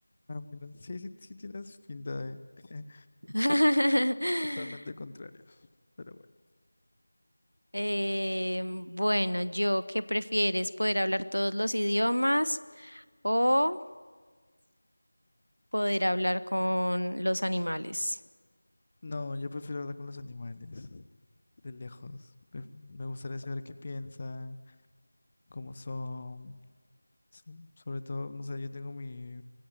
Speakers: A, on the left; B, on the right.
A: Ah, mira, sí, sí, sí tienes pinta de <laughs>
B: <laughs>
A: totalmente contrario, pero bueno.
B: Eh, bueno, yo, ¿qué prefieres? ¿Poder hablar todos los idiomas o poder hablar con los animales?
A: No, yo prefiero hablar con los animales, de lejos. Pref- Me gustaría saber qué piensan, cómo son. so- Sobre todo, no sé, yo tengo mi,